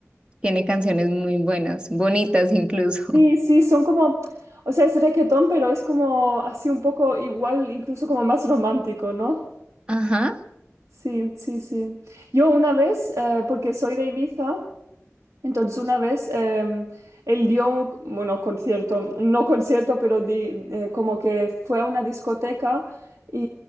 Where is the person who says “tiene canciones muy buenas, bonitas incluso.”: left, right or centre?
Right